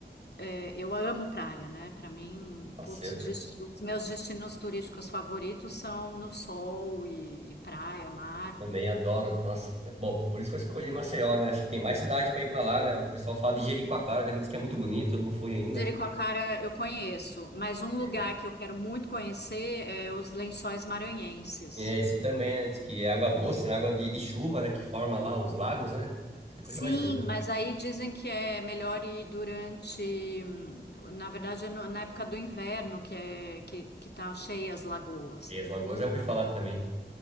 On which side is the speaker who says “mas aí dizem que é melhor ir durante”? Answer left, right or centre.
Left